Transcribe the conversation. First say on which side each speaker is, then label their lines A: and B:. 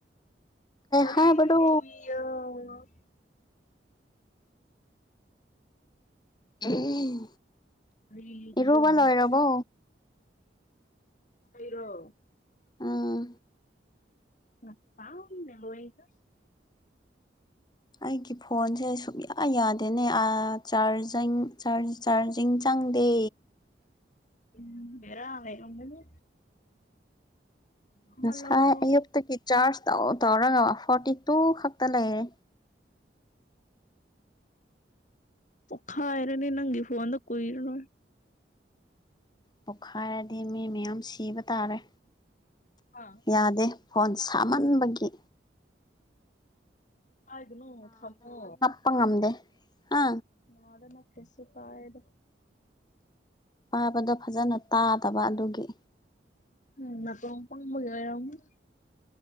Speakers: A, on the left (about 45°); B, on the left (about 25°).
A: <unintelligible>
B: ꯍꯥꯏꯕꯅꯣ ꯎꯝ
A: ꯂꯤꯕꯤꯌꯣ
B: ꯏꯔꯨꯕ
A: ꯍꯥꯏꯔꯒ
B: ꯂꯣꯏꯔꯕꯣ
A: ꯑꯩꯔꯣ
B: ꯎꯝ
A: ꯉꯁꯥꯏꯅ ꯂꯣꯏꯈꯔ꯭ꯦ
B: ꯑꯩꯒꯤ ꯐꯣꯟꯁꯦ ꯁꯨꯡꯌꯥ ꯌꯥꯗꯦꯅꯦ ꯆꯥꯔꯖ ꯆꯥꯔꯖꯤꯡ ꯆꯪꯗꯦ
A: ꯎꯝ ꯕꯦꯔꯥ ꯂꯩꯔꯝꯒꯅꯤ ꯑꯃ
B: ꯉꯁꯥꯏ
A: ꯂꯧꯔꯣ
B: ꯑꯌꯨꯛꯇꯒꯤ ꯆꯥꯔꯖ ꯇꯧ ꯇꯧꯔꯒ ꯐꯣꯔꯇꯤ ꯇꯨ ꯈꯛꯇ ꯂꯩꯔꯦ
A: ꯄꯣꯈꯥꯏꯔꯅꯤ ꯅꯪꯒꯤ ꯐꯣꯟꯗ ꯀꯨꯏꯔꯔꯣꯏ
B: ꯄꯣꯛꯈꯥꯏꯔꯗꯤ ꯃꯤ ꯃꯌꯥꯝ ꯁꯤꯕ ꯇꯥꯔꯦ
A: ꯑꯥ
B: ꯌꯥꯗꯦ ꯐꯣꯟ ꯁꯥꯃꯟꯕꯒꯤ
A: ꯍꯥꯏꯥꯏꯗꯅꯨ ꯊꯃꯣ
B: ꯄꯥ ꯉꯝꯗꯦ ꯍꯥ
A: ꯅꯗꯅ ꯀꯁꯤ ꯀꯥꯏꯗ <inaudible>
B: ꯄꯥꯕꯗꯣ ꯐꯖꯅ ꯇꯥꯗꯕ ꯑꯗꯨꯒꯤ
A: ꯎꯝ ꯑ ꯐꯥꯎꯝꯕꯔ <inaudible>